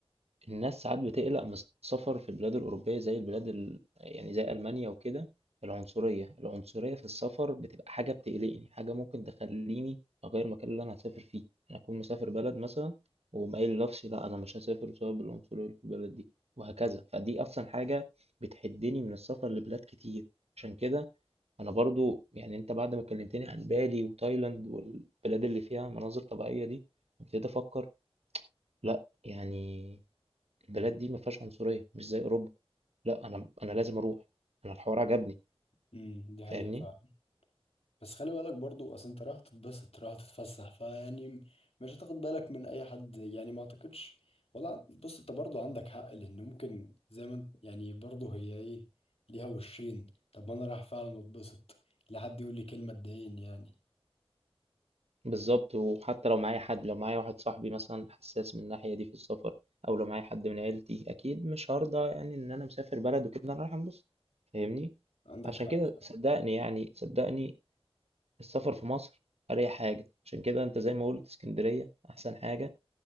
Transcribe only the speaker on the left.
امم دي حقيقة
فعلا بس خلي بالك برضو اصل انت رايح تتبسط رايح تتفسح فيعني مش هتاخد بالك من اي حد يعني ما اعتقدش ولا بص انت برضو عندك حق لان ممكن زي ما انت يعني برضو هي ايه ليها وشين طب ما انا رايح فعلا اتبسط لا حد يقول لي كلمة تضايقني يعني
عندك
حق
فعلا.